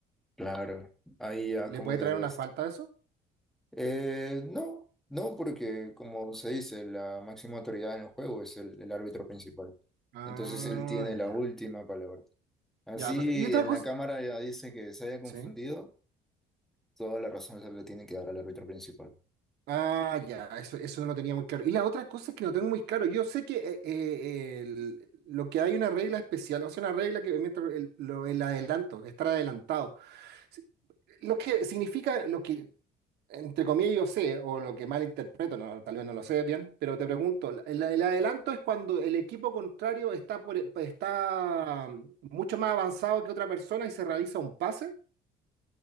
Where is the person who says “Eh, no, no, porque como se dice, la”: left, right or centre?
Centre